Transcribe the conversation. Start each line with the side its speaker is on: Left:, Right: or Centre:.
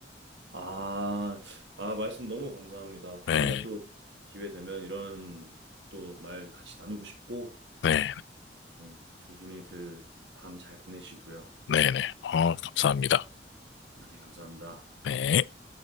Right: 아, 아, 말씀 너무 감사합니다. 다음에
Left: 네,
Right: 또 기회 되면 이런 또 말 같이 나누고 싶고
Left: 네,
Right: 네, 조심히 그 밤 잘 보내시고요.
Left: 네, 네, 네. 어, 감사합니다.
Right: 아, 네, 감사합니다.
Left: 네.